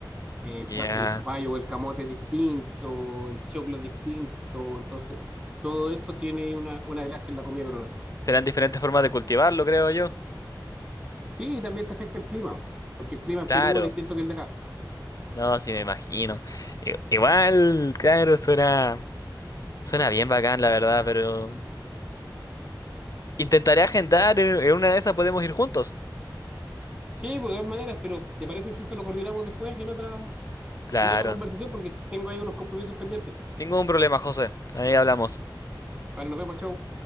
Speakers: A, on the right; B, on the left.
A: el,
B: Ya.
A: za- el zapallo o el camote es distinto, el choclo es distinto, entonces todo eso tiene una, una gracia en la comida peruana.
B: Serán diferentes formas de cultivarlo, creo yo.
A: Sí, y también te afecta el clima, porque el clima en
B: Claro,
A: Perú es distinto que el de acá.
B: no, sí me imagino. I- Igual, claro, suena, suena bien bacán, la verdad, pero intentaré agendar, en en una de esas podemos ir juntos.
A: Sí, pues, de todas maneras, pero ¿te parece si eso lo coordinamos después en otra,
B: Claro,
A: en otra conversación? Porque tengo ahí unos compromisos pendientes.
B: ningún problema, José. Ahí hablamos.
A: Vale, nos vemos, chao.